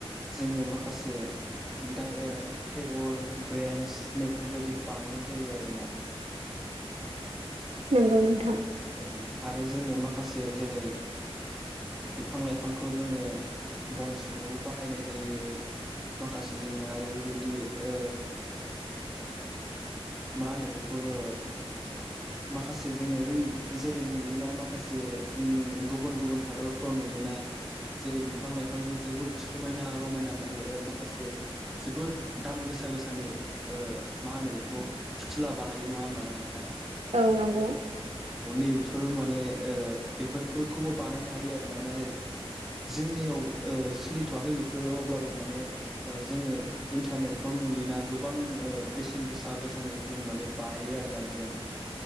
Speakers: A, in the centre; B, on the right.
A: जों नो माखासे दाय ओ टेबोल ब्रेन्स नै बेफोरबायदि बानायनाय जायो आरोना।
B: नंगौ नोंथां।
A: औ आरो जोङो माखासे जेरै बिफां लाइफांखौ जोङो बन सुनायावबो बाहायनाय जायो। माखासे जोङो आरो बेबायदि ओ मा होनो बेखौबो माखासे जोङो बै जेरै नुयोना माखासे गुबुन गुबुन हादरफ्राव नुयोना जेरै बिफां लाइफां। बिफांजों जोबोद समायना रमायना माने ओ माखासे जोबोद दाम गोसा गोसानि। ओ मा होनो बेखौ फुथुला बानायो नङा होमबाना नोंथां
B: औ नंगौ।
A: नै बेफोर माने ओ बेफोरखौबो बानायनो हायो आरोना नाथाय जोंनियाव ओ सोलिथ'वाखै बेफोरो अब्लाबो माने जोङो इन्टारनेटफ्राव नुयोना गोबां ओ बेसेन गोसा गोसा जि माबा बानायो आरोना बेजों।